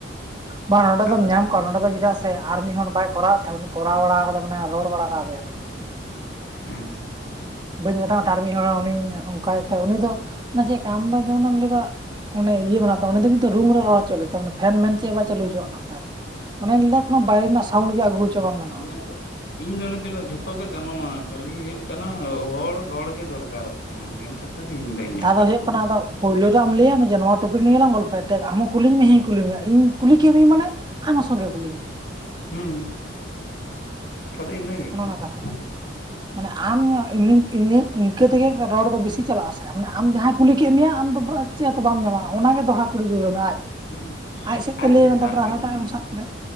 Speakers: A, on the right; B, on the left.
A: ᱵᱟᱝ ᱱᱚᱸᱰᱮᱫᱚᱢ
B: ᱟᱫᱚ
A: ᱧᱟᱢ
B: ᱚᱸᱰᱮ
A: ᱠᱚᱣᱟ
B: ᱠᱷᱚᱱᱟᱜ
A: ᱱᱚᱸᱰᱮ ᱫᱚ ᱪᱮᱫᱟᱜ ᱥᱮ ᱟᱨ ᱢᱤᱫ ᱦᱚᱲ ᱵᱟᱭ ᱠᱚᱨᱟᱣᱮᱫ ᱛᱟᱦᱮᱸ ᱩᱱᱤ ᱠᱚᱨᱟᱣ ᱵᱟᱲᱟ ᱠᱟᱫᱟᱭ ᱢᱟᱱᱮ ᱨᱚᱲ ᱵᱟᱲᱟᱠᱟᱣ ᱫᱮᱭᱟᱞᱮ
B: ᱟᱪᱪᱷᱟ ᱟᱪᱪᱷᱟ
A: ᱵᱟᱹᱧ ᱢᱮᱛᱟ ᱢᱮ ᱛᱟᱸᱦᱮᱫ ᱟᱨ ᱢᱤᱫ ᱦᱚᱲ ᱩᱱᱤ ᱚᱝᱠᱟᱭ ᱮᱫ ᱛᱟᱸᱦᱮᱫ ᱩᱱᱤ ᱫᱚ ᱚᱱᱟ ᱪᱮᱫ ᱞᱮᱠᱟ ᱟᱢ ᱫᱚ ᱡᱮᱢᱚᱱ ᱮᱢ ᱞᱟᱹᱭ ᱮᱫᱟ ᱚᱱᱮ ᱤᱭᱟᱹ ᱢᱮᱱᱟᱜ ᱛᱟᱢᱟ ᱩᱱᱤ ᱫᱚ ᱠᱤᱱᱛᱩ ᱨᱩᱢ ᱨᱮ ᱨᱚᱲ ᱦᱚᱪ ᱞᱮ ᱛᱟᱸᱦᱮᱫ ᱯᱷᱮᱱ ᱢᱮᱱ ᱪᱮᱫ ᱵᱟᱭ ᱪᱟᱹᱞᱩ ᱦᱚᱪᱚᱣᱟᱜ ᱠᱟᱱ ᱛᱟᱸᱦᱮᱫ ᱚᱱᱟᱧ ᱞᱟᱹᱭᱫᱟ ᱠᱚᱱᱚ ᱵᱟᱭᱨᱮ ᱨᱮᱱᱟᱜ ᱥᱟᱣᱩᱱᱰ ᱜᱮ ᱟᱹᱜᱩ ᱦᱚᱪᱚ ᱵᱟᱝ ᱜᱟᱱᱚᱜᱼᱟ
B: ᱟᱫᱚ ᱤᱧ ᱫᱚ ᱚᱱᱮ ᱛᱚᱧ ᱞᱟᱹᱭ ᱮᱫᱟ ᱡᱷᱚᱛᱚ ᱜᱮ ᱜᱟᱱᱚᱜᱼᱟ ᱠᱷᱟᱹᱞᱤ ᱦᱩᱭᱩᱜ ᱠᱟᱱᱟ ᱦᱚᱲ ᱨᱚᱲ ᱜᱮ ᱫᱚᱨᱠᱟᱨᱼᱚᱜ ᱠᱟᱱᱟ ᱢᱮᱱ ᱠᱟᱛᱮ ᱠᱟᱛᱷᱟ ᱫᱚ ᱤᱧᱫᱚ ᱤᱧᱟᱹᱜ
A: ᱫᱚ
B: ᱠᱟᱛᱷᱟ
A: ᱦᱩᱭᱩᱜ ᱠᱟᱱᱟ ᱟᱫᱚ ᱯᱳᱭᱞᱳ ᱨᱮ ᱟᱢ ᱞᱟᱹᱭᱼᱟᱭ ᱢᱮ ᱡᱮ ᱱᱚᱣᱟ ᱴᱚᱯᱤᱠ ᱱᱤᱭᱮ ᱞᱟᱝ ᱜᱚᱞᱯᱷᱚ ᱟ ᱟᱢ ᱦᱚᱸ ᱠᱩᱞᱤᱧ ᱢᱮ ᱤᱧ ᱦᱚᱸᱧ ᱠᱩᱞᱤ ᱢᱮᱭᱟ ᱤᱧ ᱠᱩᱞᱤ ᱠᱮᱜ ᱢᱤᱭᱟᱹᱧ ᱢᱟᱱᱮ ᱟᱢ ᱦᱚᱸ ᱥᱚᱸᱜᱮ ᱩᱞᱤᱧ ᱢᱮ
B: ᱦᱩᱸ ᱠᱟᱛᱷᱟ ᱫᱚ ᱤᱱᱟᱹ ᱜᱮ
A: ᱚᱱᱮ
B: ᱠᱟᱱᱟ
A: ᱚᱱᱟ ᱠᱟᱛᱷᱟ
B: ᱥᱮ
A: ᱢᱟᱱᱮ ᱟᱢ ᱤᱱᱟᱹ ᱤᱧᱟᱹᱝ ᱤᱱᱠᱟᱹ ᱛᱮᱜᱮ ᱨᱚᱲ ᱫᱚ ᱵᱮᱥᱤᱜ ᱪᱟᱞᱟᱜᱼᱟ ᱥᱮ ᱢᱟᱱᱮ ᱟᱢ ᱡᱟᱦᱟᱸᱭ ᱠᱩᱞᱤ ᱠᱮᱜ ᱢᱮᱭᱟ ᱟᱢ ᱫᱚ ᱪᱮᱫ ᱦᱚᱸᱛᱚ ᱵᱟᱢ ᱧᱟᱢᱟ ᱚᱱᱟᱜᱮ ᱫᱚᱦᱲᱟ ᱠᱩᱲᱤ ᱨᱩᱣᱟᱹᱲ ᱮᱢᱮ ᱟᱡ
B: ᱦᱩᱸ
A: ᱟᱡ ᱥᱮᱫ
B: ᱟᱨ
A: ᱛᱮ ᱞᱟᱹᱭ
B: ᱪᱮᱫᱟᱜ
A: ᱟᱢᱟ ᱛᱟᱯᱚᱨᱮ ᱟᱨᱦᱚᱸ
B: ᱜᱮ ᱵᱟᱝ
A: ᱮᱴᱟᱜᱼᱟᱜ ᱮᱢ ᱥᱟᱵ ᱠᱮᱫᱟ